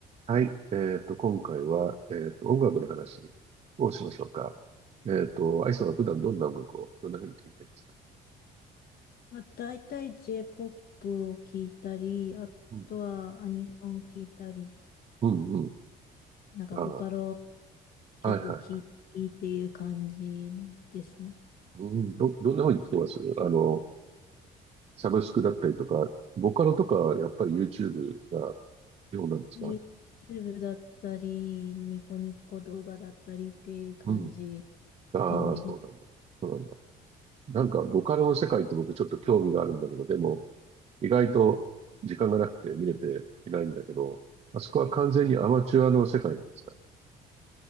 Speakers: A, on the right; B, on the left.
A: はい。えっと、今回は、えっと、音楽の話をしましょうか。えっと、アイさんは普段どんな音楽を、どんな風に聴いてますか
B: まあ、大体 J-POP を聴いたり、あとはアニソン聴いたり、
A: うん。うん、うん。
B: なんかボカロ
A: あ
B: 曲聴いたりっていう感じですね。
A: あ、はいはいはい。うん、ど、どんな風に聴きますあの、サブスクだったりとか、ボカロとか、やっぱり YouTube が基本なんですか
B: YouTube だったり、ニコニコ動画だったりっていう感じ
A: うん。ああ、
B: が多いです。
A: そうなんだ。そうなんだ。なんか、ボカロの世界って僕ちょっと興味があるんだけど、でも、意外と時間がなくて見れていないんだけど、まあそこは完全にアマチュアの世界なんですか